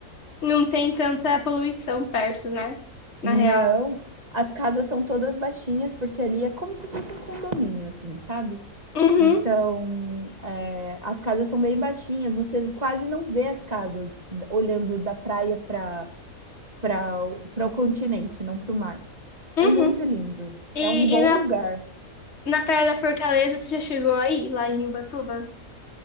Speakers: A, on the left; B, on the right.
A: Não tem tanta poluição perto, né? Na
B: Não,
A: real.
B: as casas são todas baixinhas, porque ali é como se fosse um condomínio, assim, sabe?
A: Uhum,
B: Então, é, as casas são bem baixinhas, você quase não vê as casas olhando da praia para para o continente, não para o mar.
A: uhum.
B: É muito lindo,
A: E,
B: é um bom
A: e na,
B: lugar.
A: na Praia da Fortaleza, você já chegou aí, lá em Ubatuba?